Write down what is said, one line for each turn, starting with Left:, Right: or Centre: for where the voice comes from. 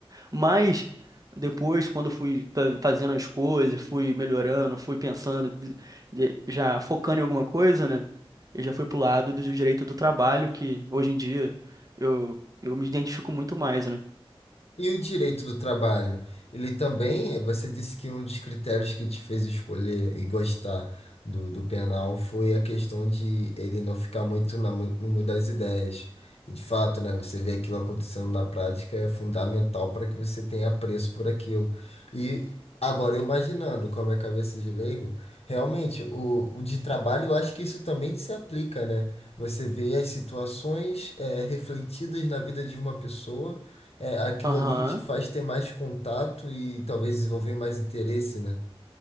Right: Mas depois, quando eu fui fa- fazendo as coisas, fui melhorando, fui pensando, de- de- já focando em alguma coisa, né? Eu já fui pro lado do direito do trabalho, que hoje em dia eu, eu me identifico muito mais, né?
Left: E o direito do trabalho? Ele também, você disse que um dos critérios que te fez escolher e gostar do, do penal foi a questão de ele não ficar muito na mu- no mundo das ideias. E de fato, né, você vê aquilo acontecendo na prática é fundamental para que você tenha apreço por aquilo. E agora, eu imaginando com a minha cabeça de leigo, realmente, o, o de trabalho, eu acho que isso também se aplica, né? Você vê as situações, eh, refletidas na vida de uma pessoa. É, aquilo
Right: Aham.
Left: ali te faz ter mais contato e talvez desenvolver mais interesse, né?